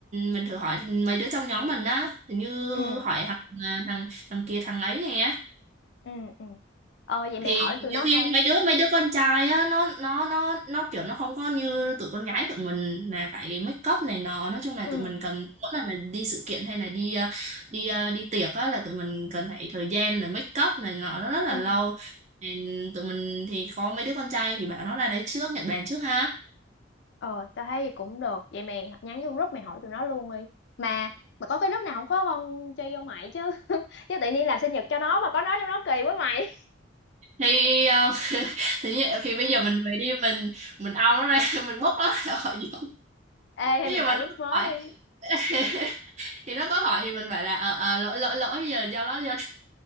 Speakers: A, on the right; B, on the left.
A: mình thử hỏi mấy đứa trong nhóm mình á hình như
B: ừ
A: hỏi thằng à, thằng thằng kia thằng ấy nè
B: ừ ừ ờ vậy mày
A: thì
B: hỏi
A: nhiều
B: tụi nó
A: khi
B: coi
A: mấy đứa mấy đứa con trai á nó nó nó nó kiểu nó không có như tụi con gái tụi mình là phải make up này nọ nói chung là
B: ừ
A: tụi mình cần mỗi lần mà đi sự kiện hay là đi ờ, đi ờ, đi tiệc á là tụi mình cần phải thời gian là make up này nọ nó rất là
B: ừ
A: lâu Nên tụi mình thì có mấy đứa con trai thì bảo nó ra đấy trước nhận bàn trước ha
B: ờ tao thấy vậy cũng được vậy mày nhắn vô group mày hỏi tụi nó luôn đi mà mà có cái group nào không có con chơi vô mày chứ <laughs> chứ tự nhiên làm sinh nhật cho nó mà có nó trong đó kỳ quá mày
A: thì ờ, <laughs> thì, như- thì bây giờ mình về đi mình mình ao nó ra <laughs> mình bốc nó ra khỏi giường.
B: <laughs> ê hay
A: Thế
B: mình
A: nhưng
B: tạo
A: mà nó
B: group
A: không
B: mới
A: phải
B: đi
A: <laughs> thì nó có hỏi thì mình phải là ờ ờ, lỗi lỗi lỗi giờ do nó do